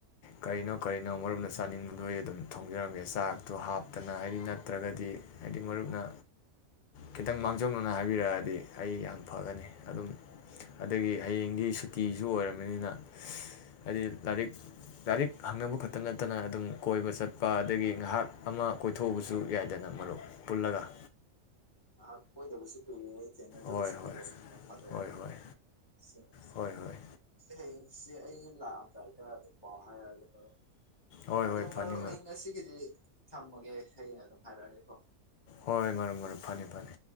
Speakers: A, on the left; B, on the left.
A: ꯀꯔꯤꯅꯣ ꯀꯔꯤꯅꯣ ꯃꯔꯨꯞꯅ ꯆꯥꯅꯤꯡꯕꯗ ꯑꯩ ꯑꯗꯨꯝ ꯊꯣꯡꯖꯔꯝꯒꯦ ꯆꯥꯛꯇꯣ ꯍꯥꯞꯇꯅ ꯍꯥꯏꯗꯤ ꯅꯠꯇ꯭ꯔꯒꯗꯤ ꯍꯥꯏꯗꯤ ꯃꯔꯨꯞꯅ ꯈꯤꯇꯪ ꯃꯥꯡꯖꯧꯅꯅ ꯍꯥꯏꯕꯤꯔꯛꯑꯗꯤ ꯑꯩ ꯌꯥꯝ ꯐꯒꯅꯤ ꯑꯗꯨꯝ ꯑꯗꯒꯤ ꯍꯌꯦꯡꯗꯤ ꯁꯨꯇꯤꯁꯨ ꯑꯣꯏꯔꯕꯔꯕꯅꯤꯅ ꯍꯥꯏꯗꯤ ꯂꯥꯏꯔꯤꯛ ꯂꯥꯏꯔꯤꯛ ꯍꯪꯅꯕ ꯈꯛꯇ ꯅꯠꯇꯅ ꯑꯗꯨꯝ ꯀꯣꯏꯕ ꯆꯠꯄ ꯑꯗꯒꯤ ꯉꯥꯏꯍꯥꯛ ꯑꯃ ꯀꯣꯏꯊꯣꯛꯎꯕꯁꯨ ꯌꯥꯏꯗꯅ ꯃꯔꯨꯞ ꯄꯨꯜꯂꯒ
B: ꯉꯍꯛ ꯀꯣꯏꯗꯕꯁꯨ ꯀꯨꯏꯔꯦ ꯑꯩ ꯆꯦꯟꯅꯗꯕ
A: ꯍꯣꯏ
B: ꯁꯨꯇꯤ
A: ꯍꯣꯏ
B: ꯂꯩꯔꯦ ꯅꯣꯡ ꯐꯗꯣꯛ
A: ꯍꯣꯏ ꯍꯣꯏ
B: ꯁꯦꯟ
A: ꯍꯣꯏ ꯍꯣꯏ
B: ꯑꯩꯁꯦ ꯑꯩ ꯂꯥꯛꯑꯝꯗꯥꯇꯥꯔ ꯑꯗꯨꯝ ꯄꯥꯎ ꯍꯥꯏꯔꯛꯑꯒꯦ
A: ꯍꯣꯏ
B: ꯑꯗꯣ
A: ꯍꯣꯏ
B: ꯃꯔꯨꯞ
A: ꯐꯅꯤ
B: ꯑꯩ ꯉꯁꯤꯒꯤꯗꯤ ꯊꯝꯃꯒꯦ ꯍꯌꯦꯡ ꯑꯗꯨꯝ ꯍꯥꯏꯔꯛꯑꯒꯦ ꯀꯣ
A: ꯍꯣꯏ ꯃꯔꯨꯞ ꯃꯔꯨꯞ ꯐꯅꯤ ꯐꯅꯤ